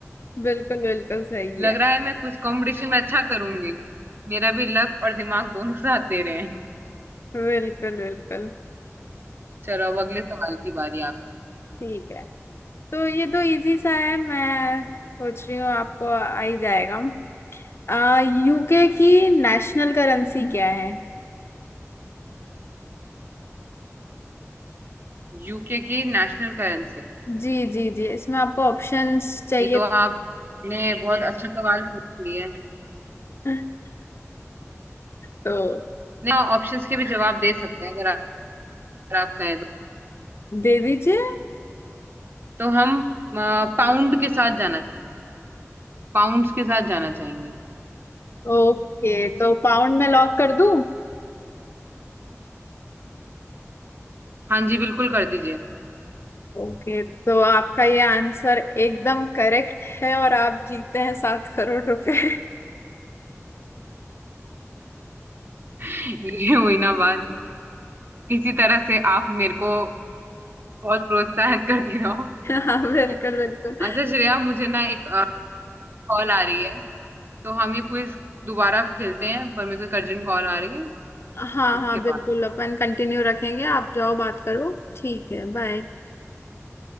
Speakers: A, on the left; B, on the right.
A: बिल्कुल बिल्कुल सही
B: लग
A: है
B: रहा है मैं कुछ कंपटीशन में अच्छा करूंगी मेरा भी लक और दिमाग दोनों साथ दे रहे हैं
A: बिल्कुल बिल्कुल
B: चलो अब अगले सवाल की बारी आप
A: ठीक है तो ये तो इजी सा है मैं सोच रही हूँ आपको आ ही जाएगा आ, यूके की नेशनल करेंसी क्या है
B: यूके की नेशनल करेंसी
A: जी जी जी इसमें आपको ऑप्शंस चाहिए
B: ये तो आपने बहुत अच्छा सवाल पूछ लिया है।
A: <laughs> तो
B: नहीं ऑप्शंस के भी जवाब दे सकते हैं अगर आप, अगर आप कहें तो
A: दे दीजिए
B: तो हम पाउंड के साथ जाना पाउंड्स के साथ जाना चाहेंगे
A: ओके तो पाउंड में लॉक कर दूं
B: हाँ जी बिल्कुल कर दीजिए
A: ओके तो आपका ये आंसर एकदम करेक्ट है और आप जीतते हैं सात करोड़ रुपए
B: <laughs> ये हुई ना बात इसी तरह से आप मेरे को बहुत प्रोत्साहित करती रहो
A: <laughs> हाँ बिल्कुल बिल्कुल
B: अच्छा श्रेया मुझे ना एक कॉल आ रही है तो हम ये क्विज दोबारा खेलते हैं पर मेरे को एक अर्जेंट कॉल आ रही है
A: हाँ
B: उसके
A: हाँ बिल्कुल
B: बाद
A: अपन कंटिन्यू रखेंगे आप जाओ बात करो ठीक है बाय